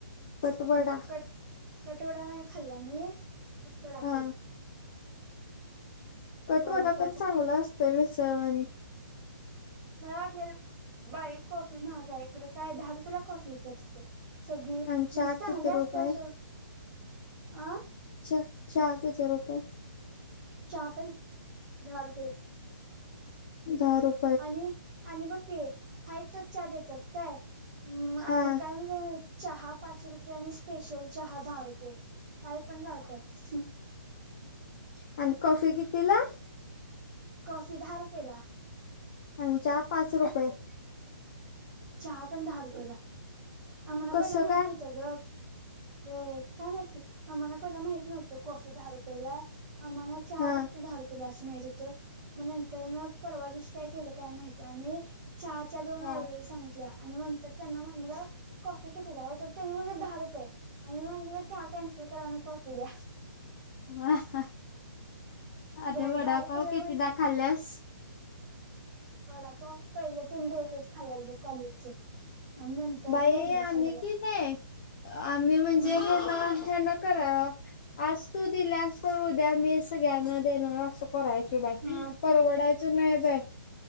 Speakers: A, on the left; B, on the right.
A: कटवडा
B: ह् कट कटवडा नाही खाल्ला मी फक्त वडा
A: हा
B: खाल्लाय.
A: कटवडा
B: वडापाव
A: पण चांगला
B: फक्त
A: असतोय मिसळवाणी.
B: मला वाटले बाई कॉफी महागाय खरं काय दहा रुपयला कॉफी येत्या तिथ. सगळी म्हणजे
A: आणि चहा
B: चांगली
A: किती रुपये
B: असत्या सोड अ
A: च चहा किती रुपये?
B: चहा पण दहा रुपये.
A: दहा रूप
B: आणि आणि बघ की हाय तोच च्या देत्यात. काय म्
A: हा
B: आणि काय म्हणत्यात मा चहा पाचशे रुपये आणि स्पेशल चहा दहा रुपये काय पण लावत्यात.
A: आणि कॉफी कितीला?
B: कॉफी दहा रुपयेला.
A: आणि चहा पाच रुपये.
B: चहा पण दहा रुपयेला. आम्हाला
A: कसं
B: पाहिलं माहित
A: काय
B: नव्हतं ग वे काय माहती, आम्हाला पहिला माहित नव्हत कॉफी दहा रुपयेला. आम्हांला चहा
A: हा
B: फक्त दहा रुपयला असं माहित होतं. ग नंतर मग परवा दिवशी काय केलं काय माहिती आम्ही चहाचा दोन
A: हा
B: ऑर्डरस आणि नंतर त्यांना म्हणलं कॉफी कितीला हो तर त्यांनी म्हणल दहा रुपये. आणि म्हणल चहा कॅन्सल करा आणि कॉफी द्या.
A: व्हा आधी
B: बर
A: वडापाव
B: दहा रुपयेला
A: किती
B: म्हण
A: द खाल्ल्यास?
B: वडापाव पहिले तीन दिवसच खाल्ला बघ. कॉलेज च् आणि
A: बाई
B: न एकदा
A: आम्ही
B: खाल्लेला
A: कि नाई आम्ही म्हणजे
B: हम्म
A: <unintelligible> करा, आज तू दिल्यास तर उद्या मी सगळ्यांना देणार अस. करायच बाकी,
B: हा
A: परवडायचं नाही बाई.